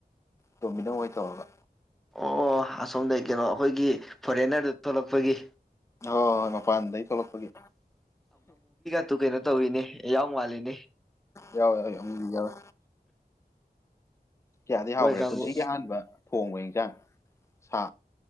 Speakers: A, on the left; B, in the centre.
A: ꯇꯣꯝꯕꯤꯅꯧ ꯋꯣꯏ ꯇꯧꯔꯒ
B: ꯑꯣ ꯑꯁꯣꯝꯗꯒꯤ ꯀꯩꯅꯣ ꯑꯩꯈꯣꯏꯒꯤ ꯐꯣꯔꯦꯟꯅꯔꯗꯨ ꯊꯣꯛꯂꯛꯄꯒꯤ
A: ꯑꯣ ꯍꯣꯏ ꯃꯄꯥꯟꯗꯒꯤ ꯊꯣꯛꯂꯛꯄꯒꯤ
B: ꯑꯗꯨ ꯀꯩꯅꯣ ꯇꯧꯋꯅꯦ ꯌꯥꯎ ꯃꯥꯜꯂꯤꯅꯦ
A: ꯌꯥꯎꯋꯦ ꯎꯝ ꯌꯥꯎꯋꯦ ꯀꯌꯥꯗꯤ
B: ꯃꯣꯏ
A: ꯍꯥꯎꯈ꯭ꯔꯦ
B: ꯀꯥꯡꯕꯨ
A: ꯄꯨꯟꯁꯤꯒꯤ ꯑꯍꯥꯟꯕ ꯊꯣꯡꯕ ꯌꯦꯟꯁꯥꯡ ꯁꯥ